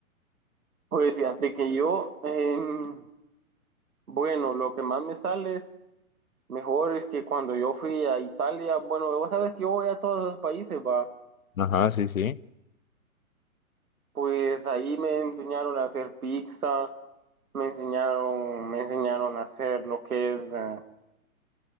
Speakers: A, on the right; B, on the left.
A: Pues Pues, fíjate que yo, em, bueno, lo que más me sale mejor es que cuando yo fui a Italia, bueno, vos sabes que yo voy a todos los países, va.
B: Ajá, sí, sí.
A: Pues ahí me enseñaron a hacer pizza, me enseñaron, me enseñaron a hacer lo que es eh,